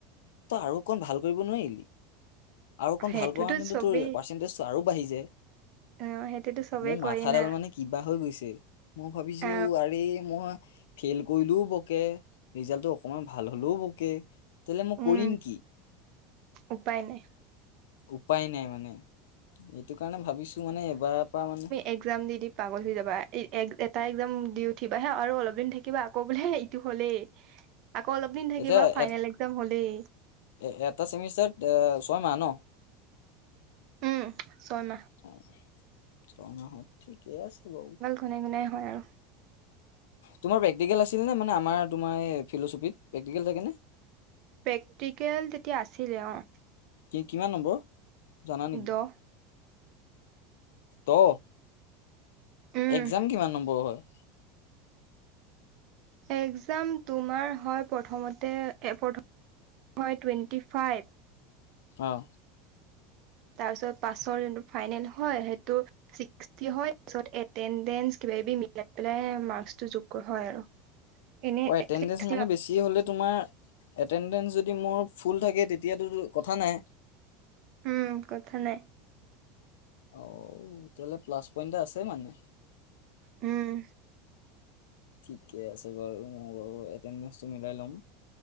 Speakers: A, on the left; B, on the right.
A: তই আৰু অকণ ভাল কৰিব নোৱাৰিলি? আৰু অকণ
B: সেইটোতো
A: ভাল কৰােঁতে
B: চবেই
A: তোৰ পাৰ্চেন্টেজটো আৰু বাঢ়ি যায়।
B: অ সেইটোতো চবেই
A: মোৰ
B: কয়
A: মাথাডাল
B: না।
A: মানে কিবা হৈ গৈছে, মই ভাবিছো
B: অ
A: আৰে মই ফেইল কৰিলেও বকে, ৰিজাল্টটো অকণমান ভাল হ'লেও বকে, তেতিয়াহ'লে মই
B: উম
A: কৰিম কি?
B: উপায় নাই।
A: উপায় নাই মানে এইটো কাৰণে ভাবিছো মানে এবাৰ পা মানে
B: একজাম দি দি পাগল হৈ যাবা, এই এক এটা একজাম দি উঠিবা হে আৰু অলপ দিন থাকিবা আকৌ বোলে ইটো হ'লেই। আকৌ অলপ দিন থাকিবা
A: এতিয়া
B: ফাইনেল
A: এ-
B: একজাম হলেই।
A: এ এটা চেমিষ্টাৰত এ ছয় মাহ ন?
B: উম ছয় মাহ।
A: অঁ ছমাহত ঠিকেই আছে বাও।
B: ঘণাই ঘণাই হয় আও।
A: তোমাৰ প্ৰেক্টিকেল আছিল নে মানে আমাৰ তোমাৰ এ ফিল'চফিত প্ৰেক্টিকেল থাকে নে?
B: প্ৰেক্টিকেল তেতিয়া আছিলে অঁ।
A: কি কিমান নম্বৰ, জানা নেকি?
B: দহ
A: ত,
B: উম
A: একজাম কিমান নম্বৰ হয়?
B: একজাম তোমাৰ হয় প্ৰথমতে এফৌত হয় টুৱেণ্টি ফাইভ।
A: অঁ।
B: তাৰ পিছত পাছৰ যোনটো ফাইনেল হয় সেইটো ছিক্সটি হয়, তাৰপাছত এটেনদেন্স কিবা কিবি মিলাই পেলাই মাক্সটো যোগ ক হয় আৰু। <unintelligible>
A: অ এটেনডেচ
B: ছিক্সটি
A: মানে বেছি হ'লে তোমাৰ এটেণ্ডেঞ্চ যদি মোৰ ফুল থাকে তেতিয়াতোতো কথা নাই।
B: উম কথা নাই।
A: অও তেতিয়াহ'লে প্লাছ পইণ্টটা আছে মানে।
B: উম।
A: ঠিকে আছে বাৰু মই বাও এটেণ্ডেঞ্চটো মিলাই লম।